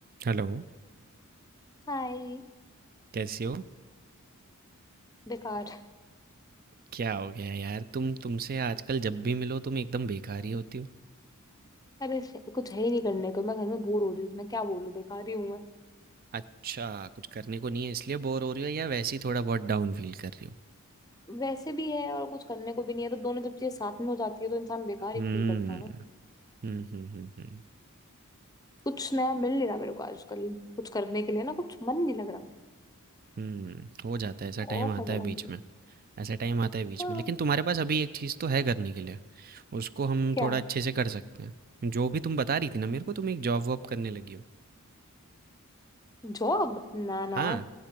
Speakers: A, on the right; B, on the left.
A: Hello
B: हाय
A: कैसी हो
B: बेकार
A: क्या हो गया यार तुम तुमसे आजकल जब भी मिलो तुम एकदम बेकार ही होती हो
B: अरे से- कुछ है ही नहीं करने को मैं घर में बोर हो रही हूँ तो मैं क्या बोलूँ बेकार ही हूँ मैं
A: अच्छा कुछ करने को नहीं है इसलिए बोर हो रही हो या वैसे ही थोड़ा बहुत डाउन फील कर रही हो
B: वैसे भी है और कुछ करने को भी नहीं है तो दोनों जब चीजें साथ में हो जाती है तो इंसान बेकार
A: हम्म
B: ही फील करता है ना तो
A: हम्म हम्म हम्म हम्म
B: कुछ नया मिल नहीं रहा मेरे को आजकल कुछ करने के लिए ना कुछ मन नहीं लग रहा
A: हम्म, हो जाता है ऐसा
B: मेरा
A: टाइम
B: ऑफ
A: आता
B: है बड़ा
A: है बीच
B: मुझे
A: में ऐसा टाइम आता है बीच
B: हाँ
A: में लेकिन तुम्हारे पास अभी एक चीज़ तो है करने के लिए उसको हम
B: क्या
A: थोड़ा अच्छे से कर सकते हैं जो भी तुम बता रही थी ना मेरे को तुम एक जॉब वॉब करने लगी हो
B: जॉब ना ना
A: हाँ